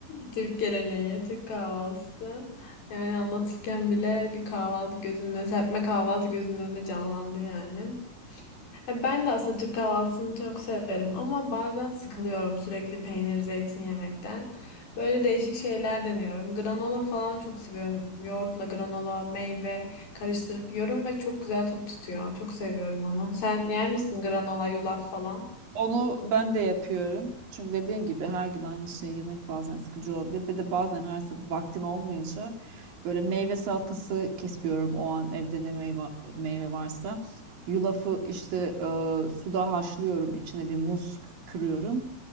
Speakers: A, on the left; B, on the right.
A: <laughs> Türk geleneği, Türk kahvaltısı. Yani anlatırken bile bir kahvaltı gözünün önünde, serpme kahvaltı gözünün önünde canlandı yani. Ya Ben de aslında Türk kahvaltısını çok severim ama bazen sıkılıyorum sürekli peynir, zeytin yemekten. Böyle değişik şeyler deniyorum. Granola falan çok seviyorum. Yoğurtla granola, meyve karıştırıp yiyorum ve çok güzel tok tutuyor. Çok seviyorum onu. Sen yer misin granola, yulaf falan?
B: Onu ben de yapıyorum. Çünkü dediğin gibi her gün aynı şeyi yemek bazen sıkıcı olabilir. Bir de bazen her sabah vaktin olmayınca böyle meyve
A: Hı
B: salatası kesiyorum o an evde ne meyve, meyve varsa. Yulafı işte e, suda haşlıyorum. İçine bir muz kırıyorum.